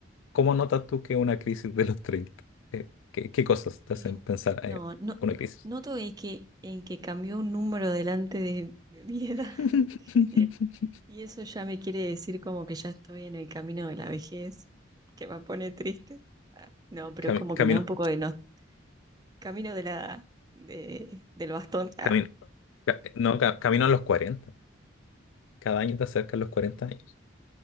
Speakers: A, on the left; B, on the right.
A: cómo notas tú que es una crisis de los 30? Eh, ¿Qué, qué cosas te
B: Y
A: hacen pensar
B: no,
A: en
B: no,
A: una crisis?
B: noto es que en que cambió un número delante de, de mi edad.
A: <laughs>
B: <laughs> Y eso ya me quiere decir como que ya estoy en el camino de la vejez, que me pone triste. Ah, No, pero
A: Cami-
B: es como
A: camino,
B: que me da un poco de no, camino de la, de, del bastón.
A: camino, ca- no, ca- camino a los cuarenta Cada año te acercas a los 40 años.